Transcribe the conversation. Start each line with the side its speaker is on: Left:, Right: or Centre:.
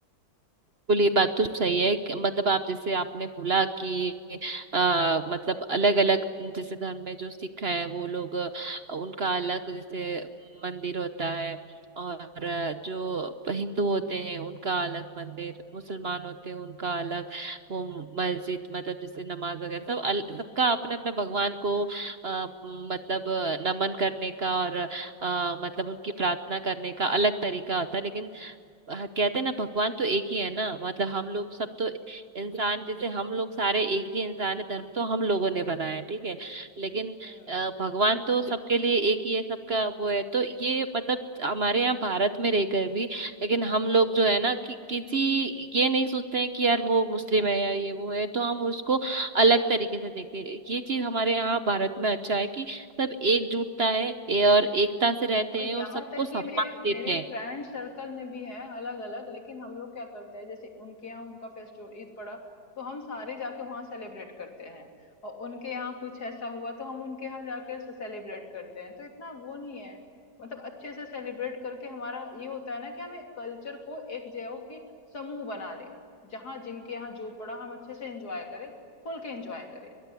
Right: बिल्कुल ये बात तो सही है कि- मतलब आप जैसे आपने बोला कि आ, मतलब अलग अलग जैसे धर्म में जो सिख है वो लोग अ, उनका अलग जैसे मंदिर होता है और अ, जो हिंदू होते हैं उनका अलग मंदिर मुसलमान होते हैं उनका अलग वो मस्जिद मतलब जैसे नमाज वगैरह सब अल, सबका अपने अपने भगवान को आ, मतलब अ, नमन करने का और अ, मतलब उनकी प्रार्थना करने का अलग तरीका होता है लेकिन हाँ, कहते हैं ना भगवान तो एक ही है ना मतलब हम लोग सब तो इंसान जैसे हम लोग सारे एक ही इंसान है धर्म तो हम लोगों ने बनाया है ठीक है लेकिन
Left: हम्म
Right: अ, भगवान तो सबके लिए एक ही है सबका वो है तो ये मतलब हमारे यहाँ भारत में रहकर भी लेकिन हम लोग जो है ना कि किसी ये नहीं सोचते हैं कि यार वो मुस्लिम है या ये वो है तो हम उसको अलग तरीके से देखें ये चीज हमारे यहाँ भारत में अच्छा है कि सब एकजुटता है ए- और एकता से रहते
Left: और
Right: हैं और
Left: यहाँ
Right: सबको
Left: तक
Right: सम्मान
Left: कि मेरे
Right: देते
Left: मेरे फ्रेंड सर्कल में भी हैं अलग अलग लेकिन हम लोग क्या करते हैं जैसे उनके यहाँ उनका फेस्टिवल ईद पड़ा तो हम सारे जाके वहाँ सेलिब्रेट करते हैं और उनके यहाँ कुछ ऐसा हुआ तो हम उनके यहाँ जाके सेलिब्रेट करते हैं तो इतना वो नहीं है मतलब अच्छे से सेलिब्रेट करके हमारा ये होता है ना कि हम एक कल्चर को एक जो है वो कि समूह बना लें जहाँ जिनके यहाँ जो पड़ा हम अच्छे से एंजॉय करें खुल के एंजॉय करें